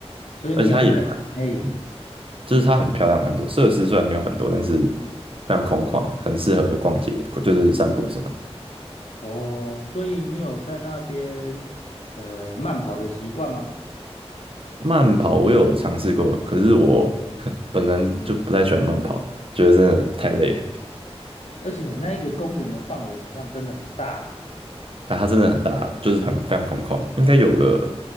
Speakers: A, on the left; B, on the right.
A: 所以你有在，
B: 而且它也，
A: 嘿，
B: 嗯，就是它很漂亮，很多设施虽然没有很多，但是非常空旷，很适合逛街，就是散步什么的。
A: 哦，所以你有在那边呃慢跑的习惯吗？
B: 慢跑我有尝试过，可是我 <laughs> 本人就不太喜欢慢跑，觉得真的太累了。
A: 而且那一个公园的范围很像真的很大欸，
B: 啊，它真的很大，就是很非常空旷，应该有个